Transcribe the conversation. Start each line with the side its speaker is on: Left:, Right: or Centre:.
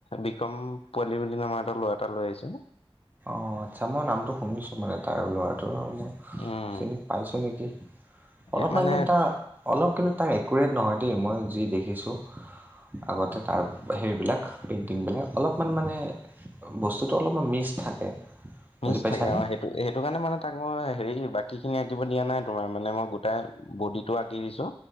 Left: বিক্ৰম পোৱালি বুলি নামৰ এটা লৰা এটা লৈ আহিছো।
Right: অ আচ্ছা মই নামটো শুনিছো মানে তাৰ ল'ৰাটোৰ মই
Left: উম
Right: চিনি পাইছো নেকি। অলপমান
Left: এ মানে
Right: কিন্তু তাৰ অলপ কিন্তু তাৰ একুৰেট নহয় দেই মই যি দেখিছোঁ। আগতে তাৰ হেৰিবিলাক পেইণ্টিংবিলাক অলপমান মানে বস্তুটো অলপমান মিচ থাকে। বুজি
Left: মিছ
Right: পাইছানে
Left: থাকে আৰু সেইট- টো সেইটো কাৰণে মানে তাক মই হেৰি বাকী খিনি আঁকিব দিয়া নাই তোমাৰ মানে মই গোটাই বডিটোটো আঁকি দিছো।